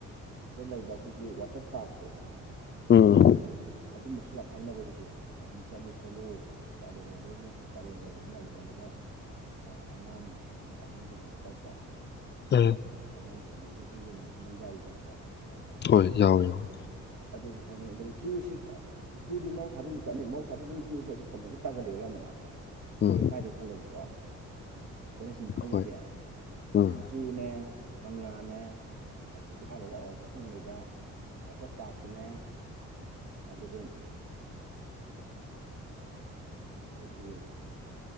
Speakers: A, on the right (about 60°); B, on the left (about 35°).
A: ꯗ ꯂꯩꯕ ꯑꯩꯈꯣꯏꯒꯤ ꯋꯥꯇꯔ ꯄꯥꯔꯛꯇꯣ
B: ꯎꯝ
A: ꯑꯗꯨꯝꯕꯁꯨ ꯌꯥꯝ ꯍꯥꯏꯅꯕ ꯍꯧꯖꯤꯛꯁꯦ ꯑꯗꯨꯝ ꯆꯠꯂꯨ ꯈꯣꯠꯂꯨ ꯀꯥꯂꯦꯟꯉꯣꯏꯗ ꯉꯁꯥꯏ ꯀꯥꯂꯦꯟꯒꯣꯏꯕꯅꯤꯅ ꯑꯗꯨ ꯆꯠꯂꯒ ꯑꯉꯥꯡꯁꯤꯡ ꯑꯍꯟꯁꯤꯡ ꯍꯥꯏꯕ ꯇꯥꯏꯀꯣ
B: ꯎꯝ
A: ꯑꯗꯣ ꯑꯉꯥꯡꯁꯤꯡꯒꯤ ꯂꯨꯖꯟ ꯃꯈꯐꯝ ꯑꯃ ꯌꯥꯎꯋꯤꯗꯅꯀꯣ ꯑꯗꯣ
B: ꯍꯣꯏ ꯌꯥꯎꯋꯦ ꯌꯥꯎꯋꯦ
A: ꯑꯗꯨꯁꯨ ꯍꯥꯏꯅꯩ ꯑꯗꯨꯒ ꯖꯨꯁꯤ ꯖꯨꯗꯤ ꯃꯍꯧꯁꯥ ꯑꯗꯨꯝ ꯆꯠꯅꯩ ꯃꯍꯧꯁꯥꯗꯤ ꯑꯗꯨꯝ ꯖꯨꯁꯤ ꯑꯗꯨ ꯀꯃꯥꯏꯅ ꯇꯥꯒꯜꯂꯤꯣ ꯌꯥꯝꯕꯅ
B: ꯎꯝ
A: ꯖꯨꯀꯥꯏꯗꯦ ꯈꯜꯂꯦꯕꯀꯣ ꯀꯣꯏꯅꯁꯤꯃ ꯈꯥꯂꯖ
B: ꯍꯣꯏ ꯎꯝ
A: ꯨꯅꯦꯛ ꯀꯪꯂꯥꯅꯦ ꯍꯧꯖꯤꯛꯀꯤ ꯍꯥꯏꯔꯤꯕ ꯑꯋꯥꯡꯕꯊꯣꯡ ꯂꯩꯕ ꯋꯥꯇꯔ ꯄꯥꯔꯛꯁꯤꯅꯦ ꯑꯗꯨꯒ ꯑꯩꯈꯣꯏꯒꯤ